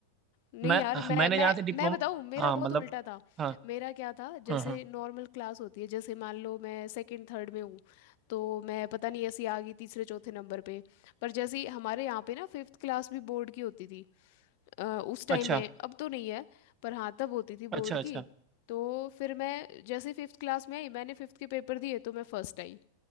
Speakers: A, on the left; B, on the right.
A: नहीं
B: मैं
A: यार
B: हाँ,
A: मैं
B: मैंने
A: मैं
B: यहाँ से डिप्लोमा
A: मैं बताऊं मेरा
B: हाँ
A: बहुत
B: मतलब
A: उल्टा था
B: हाँ
A: मेरा क्या था जैसे
B: हाँ हाँ
A: नॉर्मल क्लास होती है जैसे मान लो मैं सेकंड थर्ड में हूँ तो मैं पता नहीं ऐसी आ गई तीसरे चौथे नंबर पे पर जैसे ही हमारे यहाँ पे ना फिफ्थ क्लास भी बोर्ड की होती थी अ, उस टाइम
B: अच्छा
A: में अब तो नहीं है पर हाँ तब होती थी
B: अच्छा
A: बोर्ड की
B: अच्छा
A: तो फिर मैं जैसे फिफ्थ क्लास में आई मैंने फिफ्थ के पेपर दिए तो मैं फर्स्ट आई